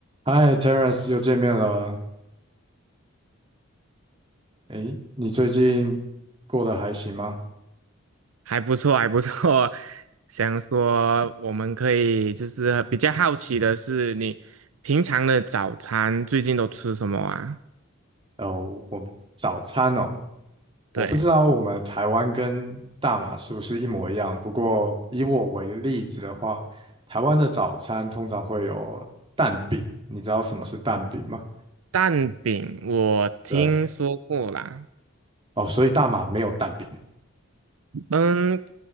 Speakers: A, on the right; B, on the right.
A: 嗨，Terence，又见面了。诶，你最近过得还行吗？
B: 还不错，还不错。想说我们可以就是比较好奇的是，你平常的早餐最近都吃什么啊？
A: 哦，我们早餐哦，我不知道我们台湾跟大马是不是一模一样。
B: 对，
A: 不过以我为例子的话，台湾的早餐通常会有蛋饼，你知道什么是蛋饼吗？
B: 蛋饼我听说过啦，
A: 对，哦，所以大马没有蛋饼。
B: 嗯，